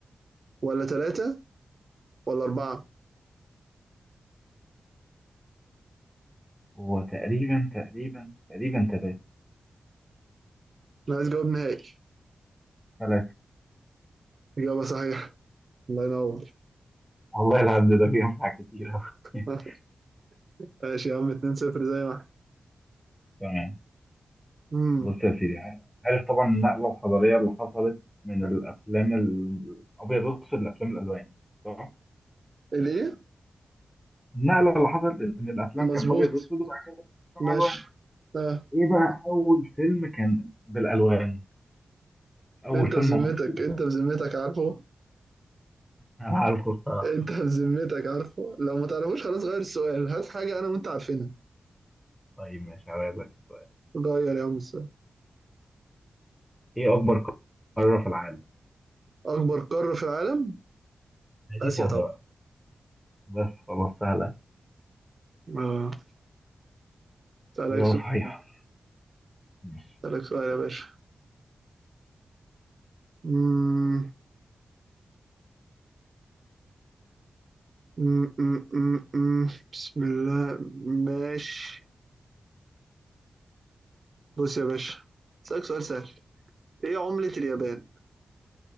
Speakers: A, on the right; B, in the centre.
A: ولا تلاتة ولا أربعة؟
B: هو تقريبا تقريبا تقريبا ثلاثة
A: أنا عايز جواب نهائي
B: ثلاثة
A: إجابة صحيحة الله ينور
B: والله العبد ده فيه أنفع كتير أوي.
A: <laughs>
B: <laughs>
A: ماشي يا عم 2 0 زي ما احنا
B: تمام
A: امم
B: بص يا سيدي عارف طبعا النقلة الحضارية اللي حصلت من الأفلام ال- الأبيض والأسود لأفلام الألوان صح؟
A: الإيه؟
B: النقلة اللي حصلت إن الأفلام
A: مظبوط
B: كانت أبيض وأسود وبعد كده بقت أفلام
A: ماشي
B: ألوان
A: أه.
B: إيه بقى أول فيلم كان بالألوان أول
A: أنت
B: فيلم
A: بذمتك
B: مصري
A: أنت بذمتك عارفه
B: أنا عارفه الصراحة
A: أنت بذمتك عارفه لو ما تعرفوش خلاص غير السؤال هات حاجة أنا وأنت عارفينها
B: طيب ماشي هسألك سؤال
A: غير يا عم السؤال
B: إيه أكبر قارة في العالم؟
A: أكبر قارة في العالم آسيا
B: دي سهلة
A: طبعا
B: بقى بس خلاص سهلة
A: أه. أسألك
B: إجابة
A: سؤال
B: صحيحة ماشي
A: أسألك سؤال يا باشا مم، مم، مم، مم، مم. بسم الله ماشي بص يا باشا أسألك سؤال سهل إيه عملة اليابان؟